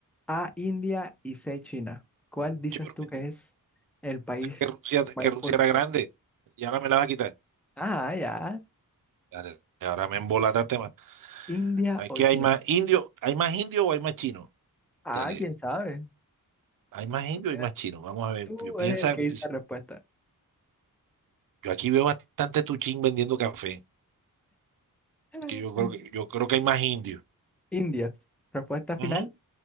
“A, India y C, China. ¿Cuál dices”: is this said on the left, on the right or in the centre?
Centre